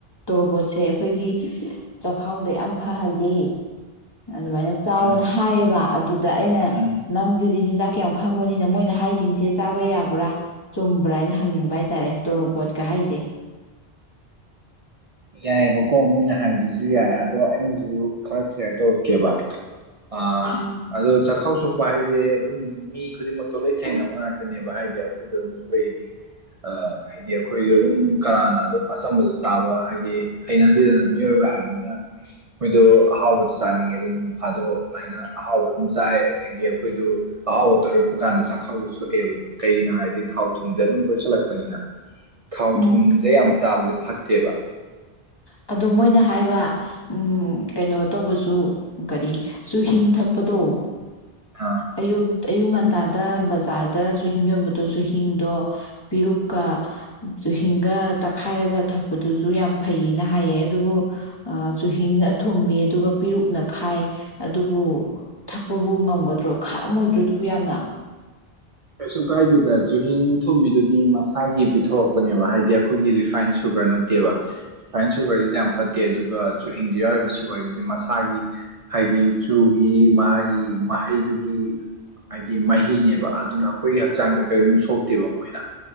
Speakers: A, on the left; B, on the right.
A: ꯇꯣꯔꯣꯕꯣꯠꯁꯦ ꯑꯩꯈꯣꯏꯒꯤ ꯆꯈꯥꯎꯗ ꯌꯥꯝ ꯐꯍꯜꯂꯤ ꯑꯗꯨꯃꯥꯏꯅ ꯆꯥꯎꯅ
B: ꯎꯝ
A: ꯍꯥꯏꯌꯦꯕ ꯑꯗꯨꯗ ꯑꯩꯅ
B: ꯎꯝ
A: ꯅꯪꯗꯨꯗꯤ ꯆꯤꯟꯖꯥꯛ ꯀꯌꯥꯝ ꯈꯪꯕꯅꯤꯅ ꯃꯣꯏꯅ ꯍꯥꯏꯁꯤꯡꯁꯦ ꯆꯥꯕ ꯌꯥꯕ꯭ꯔꯥ ꯆꯨꯝꯕ꯭ꯔꯥ ꯍꯥꯏꯅ ꯍꯪꯅꯤꯡꯕ ꯍꯥꯏꯇꯥꯔꯦ ꯇꯣꯔꯣꯕꯣꯠꯀ ꯍꯥꯏꯖꯦ
B: ꯌꯥꯏꯌꯦꯕꯀꯣ ꯃꯣꯏꯅ ꯍꯥꯏꯕꯗꯨꯁꯨ ꯌꯥꯏ ꯑꯗꯣ ꯑꯩꯅꯁꯨ ꯈꯔ ꯁꯤꯌꯥꯔ ꯇꯧꯔꯛꯀꯦꯕ ꯑ
A: ꯎꯝ
B: ꯑꯗꯣ ꯆꯈꯥꯎ ꯁꯣꯛ ꯄꯥ ꯍꯥꯏꯁꯦ ꯑꯗꯨꯝ ꯃꯤ ꯈꯨꯗꯤꯡꯃꯛꯇꯣ ꯂꯣꯏ ꯊꯦꯡꯅꯕ ꯉꯥꯛꯇꯅꯦꯕ ꯍꯥꯏꯗꯤ ꯑꯩꯈꯣꯏꯁꯨ ꯑꯗꯨꯝ ꯁꯣꯏꯔꯤꯅꯝ ꯍꯥꯏꯗꯤ ꯑꯩꯈꯣꯏꯁꯨ ꯑꯗꯨꯝ ꯀꯅꯥꯅ ꯑꯗꯨꯝ ꯑꯆꯝꯕꯗꯣ ꯆꯥꯕ ꯍꯥꯏꯗꯤ ꯍꯩꯅꯗꯦꯗꯅ ꯃꯤꯑꯣꯏꯕ ꯍꯥꯏꯕꯅꯤꯅ ꯑꯩꯈꯣꯏꯗꯣ ꯑꯍꯥꯎꯕꯗ ꯆꯥꯅꯤꯡꯉꯦ ꯑꯗꯣ ꯅꯣꯡꯐꯥꯗꯣꯛ ꯑꯗꯨꯃꯥꯏꯅ ꯑꯍꯥꯎꯕ ꯑꯗꯨꯝ ꯆꯥꯏ ꯑꯗꯒꯤ ꯑꯩꯈꯣꯏꯁꯨ ꯑꯍꯥꯎꯕ ꯇꯣꯏꯔꯛꯄ ꯀꯥꯟꯗ ꯆꯥꯛꯈꯥꯎꯁꯨ ꯁꯣꯛꯑꯦꯕ ꯀꯩꯒꯤꯅꯣ ꯍꯥꯏꯗꯤ ꯊꯥꯎ ꯊꯨꯝꯗꯣ ꯑꯗꯨꯝ ꯇꯣꯏꯁꯤꯜꯂꯛꯄꯅꯤꯅ ꯊꯥꯎ
A: ꯎꯝ
B: ꯊꯨꯝꯖꯦ ꯌꯥꯝ ꯆꯥꯕꯖꯦ ꯐꯠꯇꯦꯕ
A: ꯑꯗꯣ ꯃꯣꯏꯅ ꯍꯥꯏꯕ ꯎꯝ ꯀꯩꯅꯣ ꯇꯧꯕꯁꯨ ꯀꯔꯤ ꯆꯨꯍꯤꯡ ꯊꯛꯄꯗꯣ
B: ꯑꯥ
A: ꯑꯌꯨꯛ ꯑꯌꯨꯛ ꯉꯟꯇꯥꯗ ꯕꯖꯥꯔꯗ ꯆꯨꯍꯤꯡ ꯌꯣꯟꯕꯗꯣ ꯆꯨꯍꯤꯡꯗꯣ ꯄꯤꯔꯨꯛꯀ ꯆꯨꯍꯤꯡꯒ ꯇꯛꯈꯥꯏꯔꯒ ꯊꯛꯄꯗꯨꯁꯨ ꯌꯥꯝ ꯐꯩꯌꯦꯅ ꯍꯥꯏꯌꯦ ꯑꯗꯨꯕꯨ ꯑ ꯆꯨꯍꯤꯡꯅ ꯊꯨꯝꯃꯦ ꯑꯗꯨꯒ ꯄꯤꯔꯨꯛꯅ ꯈꯥꯏ ꯑꯗꯨꯕꯨ ꯊꯛꯄꯕꯨ ꯉꯝꯒꯗ꯭ꯔꯣ ꯈꯥꯑꯝꯃꯣꯏꯗ꯭ꯔꯣ ꯑꯗꯨꯕꯨ ꯌꯥꯝꯅ
B: ꯀꯩꯁꯨ ꯀꯥꯏꯗꯦꯗ ꯆꯨꯍꯤꯡ ꯊꯨꯝꯃꯤꯗꯨꯗꯤ ꯃꯁꯥꯒꯤ ꯄꯤꯊꯣꯔꯛꯄꯅꯦꯕ ꯍꯥꯏꯗꯤ ꯑꯩꯈꯣꯏꯒꯤ ꯔꯤꯐꯥꯏꯟ ꯁꯨꯒꯔ ꯅꯠꯇꯦꯕ ꯔꯤꯐꯥꯏꯟ ꯁꯨꯒꯔꯁꯤꯗꯤ ꯌꯥꯝ ꯐꯠꯇꯦ ꯑꯗꯨꯒ ꯆꯨꯍꯤꯡꯗꯨ ꯌꯥꯎꯔꯤꯕ ꯁꯨꯒꯔꯁꯤꯗꯤ ꯃꯁꯥꯒꯤ ꯍꯥꯏꯗꯤ ꯆꯨꯒꯤ ꯃꯥꯒꯤ ꯃꯍꯩꯗꯨꯒꯤ ꯍꯥꯏꯗꯤ ꯃꯍꯤꯅꯦꯕ ꯑꯗꯨꯅ ꯑꯩꯈꯣꯏꯒꯤ ꯍꯛꯆꯥꯡꯗ ꯀꯔꯤꯝ ꯁꯣꯛꯇꯦꯕ ꯃꯣꯏꯅ